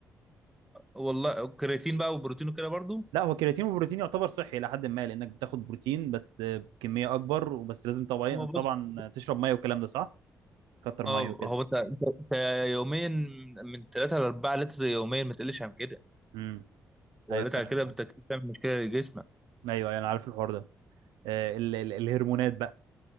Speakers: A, in the centre; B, on the right.
A: والله الكرياتين بقى والبروتين وكده برضه
B: لا هو كرياتين وبروتين يعتبر صحي الى حد ما لانك بتاخد بروتين بس آه، بكميه اكبر وبس لازم طبعا
A: هو بص
B: طبعا تشرب ميه والكلام ده صح كتر
A: اه
B: ميه وكده
A: هو انت انت
B: مم.
A: انت يوميا من 3 ل 4 لتر يوميا ما تقلش عن كده
B: مم.
A: لو
B: ايوه
A: قلت
B: فاهم
A: على كده انت كده بتعمل مشكله لجسمك
B: ايوه أيوة، انا عارف الحوار ده آه، ال... ال... الهرمونات بقى